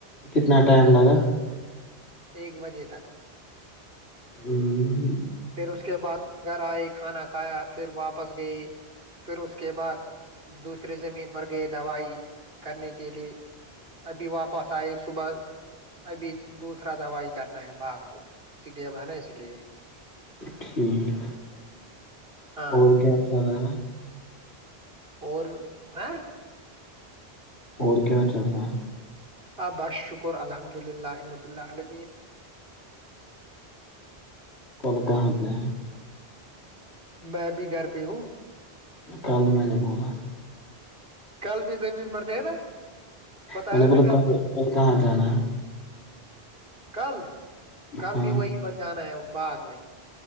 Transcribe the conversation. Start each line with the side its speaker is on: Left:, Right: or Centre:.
Left: کتنا ٹائم لگا ہ <inaudible>
Right: ایک بجے تک
Left: ہوں <inaudible>
Right: پھر اس کے بعد گھر آئے کھانا کھایا پھر واپس گئے پھر اس کے بعد دوسرے زمین پر گئے دوائی کرنے کے لیے ابھی واپس آئے صبح ابھی دوسرا دوائی کرنا ہے باغ کو اس لیے اب ہے نا اس لیے
Left: ٹھیک
Right: ہاں
Left: اور کیا خیا رہ ہے <inaudible>
Right: اور ہ <inaudible>
Left: اور کیا چل رہ ہے
Right: آ بس شکر الحمد اللہ رب اللہ اللمین
Left: کلکاں سے
Right: میں بھی گھر پہ ہوں
Left: کل میں نے بوول <inaudible>
Right: کل بھی زمین پر تھے نا بتایا
Left: میں نے
Right: نا
Left: پل
Right: کل
Left: کہ
Right: میں نے،
Left: کہاں جان ہے <inaudible>
Right: کل کل
Left: ہاں
Right: بھی وہی پر جانا ہے باغ میں